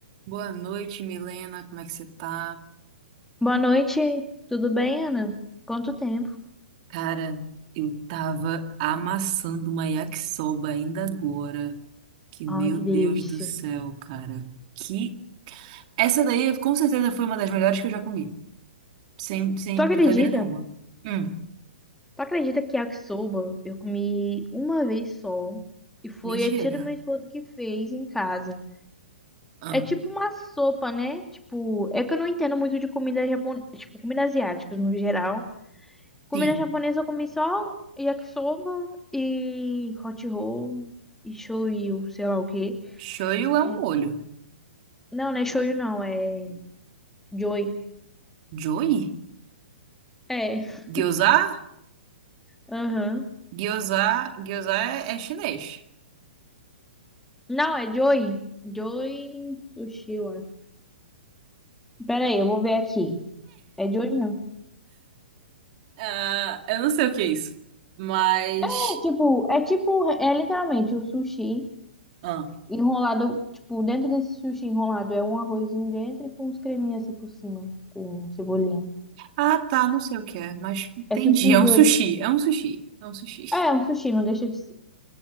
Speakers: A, on the right (about 45°); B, in the centre.
A: Boa noite, Milena. Como é que você tá?
B: Boa noite, tudo bem, Ana? Quanto tempo?
A: Cara, eu tava amassando uma yakisoba ainda agora. Que meu
B: Ah, que
A: Deus
B: delícia.
A: do céu, cara. Que essa daí com certeza foi uma das melhores que eu já comi. Sem, sem
B: Tu acredita?
A: brincadeira nenhuma. Hum,
B: Tu acredita que yakisoba eu comi uma vez só e foi
A: mentira.
B: a tia do meu esposo que fez em casa.
A: Ah,
B: É tipo uma sopa, né? Tipo, é que eu não entendo muito de comida japonesa, tipo, comida asiática no geral. Comida
A: sim.
B: japonesa eu comi só yakisoba e hot roll e shoyu, sei lá o quê.
A: Shoyu é
B: É.
A: um molho.
B: Não, não é shoyu não, é joy.
A: Joy?
B: É,
A: Gyoza?
B: <laughs> aham.
A: Gyoza, gyoza é, é chinês.
B: Não, é Joy. Joy Sushi, eu acho. Pera aí, eu vou ver aqui. É Joy mesmo.
A: Ah, eu não sei o que é isso. Mas.
B: É tipo, é tipo, é literalmente o sushi
A: ah.
B: enrolado, tipo, dentro desse sushi enrolado é um arrozinho dentro e com uns creminhos assim por cima, com cebolinha.
A: Ah, tá, não sei o que é, mas entendi.
B: É sushi
A: É um
B: Joy.
A: sushi, é um sushi, é um sushi.
B: É, é um sushi, não deixa de ser